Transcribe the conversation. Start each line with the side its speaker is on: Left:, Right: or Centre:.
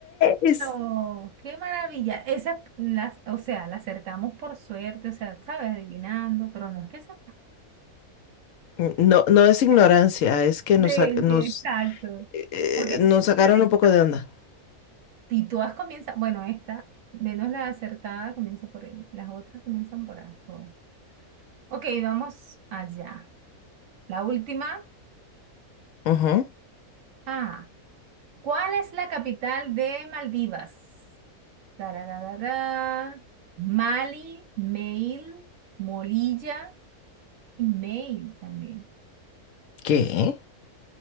Right: esto.
Left: es!
Right: Qué maravilla. Esas, las, o sea, la acertamos por suerte, o sea, sabes, adivinando, pero no es que se
Left: Mm, No, no es ignorancia,
Right: puede.
Left: es que
Right: Sí,
Left: nos, ac- nos,
Right: sí, exacto.
Left: eh,
Right: Porque
Left: nos sacaron
Right: fíjate,
Left: un poco de onda.
Right: si todas comienzan, bueno, esta, menos la acertada comienza por N, las otras comienzan por A, todas. Ok, vamos allá. La última.
Left: Ujú.
Right: Ah, ¿cuál es la capital de Maldivas? Tarararara. Mali, Mail, Molilla y Mail también.
Left: ¿Qué?